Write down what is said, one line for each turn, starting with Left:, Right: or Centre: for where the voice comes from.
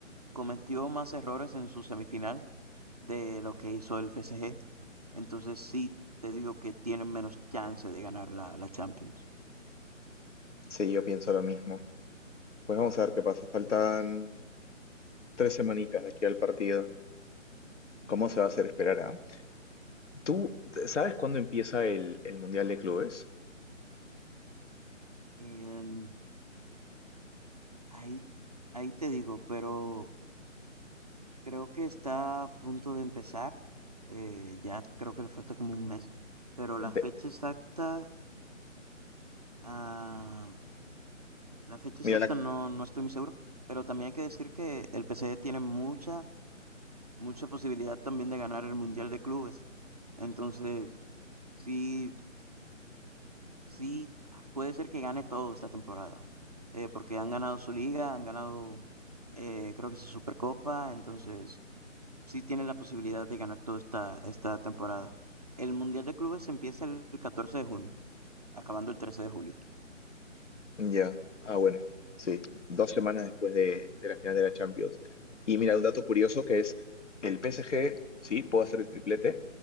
Right: cometió más errores en su semifinal de lo que hizo el PSG. Entonces sí te digo que tienen menos chance de ganar la, la Champions.
Left: Sí, yo pienso lo mismo. Pues vamos a ver qué pasa. Faltan tres semanitas de aquí al partido. ¿Cómo se va a hacer esperar a? ¿Tú sabes cuándo empieza el, el Mundial de Clubes?
Right: Em, ahí, ahí te digo, pero Creo que está a punto de empezar. eh, ya creo que le falta como un mes. Pero
Left: De-
Right: la fecha exacta, ah, la fecha
Left: mira,
Right: exacta
Left: la,
Right: no, no estoy muy seguro. Pero también hay que decir que el PSG tiene mucha, mucha posibilidad también de ganar el Mundial de Clubes. Entonces, sí, sí, puede ser que gane todo esta temporada. eh, porque han ganado su liga, han ganado, eh, creo que su Supercopa. Entonces, sí tiene la posibilidad de ganar toda esta, esta temporada. El Mundial de Clubes empieza el 14 de junio, acabando el trece de julio.
Left: Ya, ah, bueno, sí, dos semanas después de, de la final de la Champions. Y mira, un dato curioso que es el PSG, sí, puede hacer el triplete.